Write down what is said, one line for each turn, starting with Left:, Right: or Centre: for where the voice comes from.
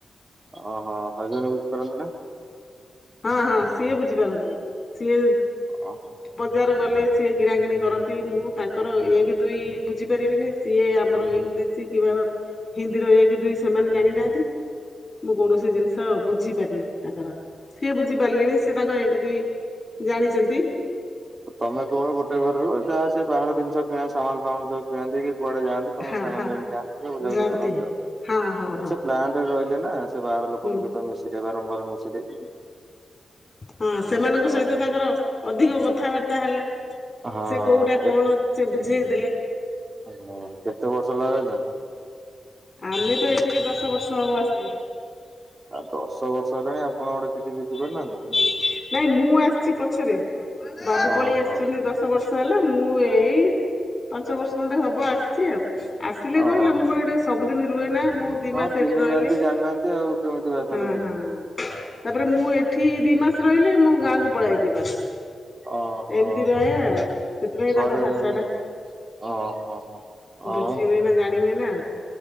Right: ଓହୋ ହରିଜନ ବୁଝିପାରନ୍ତି ନା।
Left: ହଁ ହଁ ସିଏ ବୁଝିପାରନ୍ତି ସିଏ
Right: ଓହୋ
Left: ବଜାର ଗଲେ ସିଏ କିଣାକିଣି କରନ୍ତି ମୁଁ ତାଙ୍କର ଏକ ଦୁଇ ବୁଝିପାରିବିନି ସିଏ ଆମର ଇଂଲିଶ୍ କି ବା ହିନ୍ଦୀର ଏକ ଦୁଇ ସେମାନେ ଜାଣିନାହାନ୍ତି। ମୁଁ କୌଣସି ଜିନିଷ ବୁଝି ପାରିବିନି ତାଙ୍କର। ସେ ବୁଝିପାରିଲେଣି ସେ ତାଙ୍କ ଏକ ଦୁଇ ଜାଣିଛନ୍ତି।
Right: ତମେ କେବଳ ଗୋଟେ ଘରେ ରୁହ ଯାହା ସିଏ ବାହାର ଜିନିଷ କିଣା ସାମାନ୍ ଫମାନ୍ ସବୁ କିଣନ୍ତି <unintelligible> କୁଆଡ଼େ ଯାଆନ୍ତି ତମକୁ
Left: ହଁ
Right: ସାଙ୍ଗରେ
Left: ହଁ
Right: ନେଇକ ଯାଆନ୍ତି ବୁଝାବୁଝି
Left: ଜାଣନ୍ତି।
Right: କରନ୍ତି ଆଉ
Left: ହଁ ହଁ ହଁ
Right: ସେ ପ୍ଲାଣ୍ଟ୍ ରେ ରହିଲେ ନା ବାହାର ଲୋକଙ୍କଙ୍କୁ
Left: ହୁଁ
Right: ତ ମିଶିଲେ ବାରମ୍ବାର ମିଶିଲେ
Left: ହଁ, ସେମାନଙ୍କ
Right: ହଁ
Left: ସହିତ ତାଙ୍କର ଅଧିକ କଥାବାର୍ତ୍ତା ହେଲା
Right: ହଁ
Left: ସେ କୋଉଟା କଣ ସେ ବୁଝେଇ ଦେଲେ
Right: କେତେ ବର୍ଷ ହେଲା ର
Left: ଆମେ ତ ଏଠିକି ଦଶ ବର୍ଷ ହବୁ ଆସିଚୁ।
Right: ଆଉ ଦଶ ବର୍ଷ ହେଲାଣି ଆପଣ ଗୋଟେ କିଛି ପାରୁନାହାନ୍ତି
Left: <inaudible> ନାଇଁ ମୁଁ ଆସିଛି, ପଛରେ ବାବୁ
Right: ଓହୋ
Left: ପଳେଇ ଆସିଛନ୍ତି ଦଶ ବର୍ଷ ହେଲା ମୁଁ ଏଇ ପାଞ୍ଚ ବର୍ଷ ଖଣ୍ଣ୍ଡେ ହବ ଆସିଛି ଆଉ, ଆସିଲେ
Right: ଓ
Left: କହଲେ ମୁଁ କହିଲ ଏଠି ସବୁଦିନ ରୁହେ ନା ମୁଁ ଦି
Right: ହଁ
Left: ମାସ
Right: ଚିହ୍ନି
Left: ଏଠି ରହିଲେ
Right: ନାହାନ୍ତି ଜାଣିନାହାନ୍ତି ଆଉ କେମିତି ଭାଷାଟା
Left: ହଁ,
Right: ଶିଖିବେ
Left: ହଁ ତାପରେ ମୁଁ ଏଠି ଦି ମାସ ରହିଲେ ମୁଁ, ଗାଁକୁ ପଳେଇଏ ଦି ମାସ।
Right: ଓହୋ।
Left: ଏମିତି ରହେ ଆଉ ସେଥିପାଇଁ
Right: ଘରେ
Left: ତାଙ୍କ ଭାଷା
Right: ଯେମିତି
Left: ଟା
Right: ଓହୋ ହୋ ଆଉ
Left: ବୁଝି ହୁଏ ନା ଜାଣି ହୁଏ ନା ଆଉ